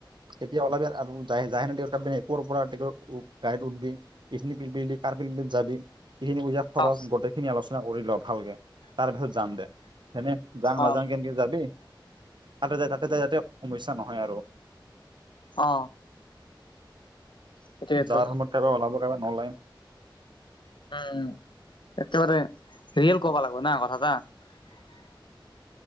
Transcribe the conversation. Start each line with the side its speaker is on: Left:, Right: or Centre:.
Right: এতিয়া অলপ <unintelligible> যাবি সেইখিনি পইচা খৰচ
Left: অ
Right: গোটেই খিনি আলোচনা কৰি ল ভালকে তাৰ পিছত যাম দে। সেনে যাওঁ নাযাওঁ
Left: অ
Right: কেনকে যাবি। তাতে য তাতে ত যাতে সমস্যা নহয় আৰু
Left: অ সেইটোৱেতো
Right: যাৰ সময়ত কাৰবাৰে ওলাব কাৰবাৰে নলাইম
Left: উম একেবাৰে ৰিয়েল কবা লাগিব না কথা এটা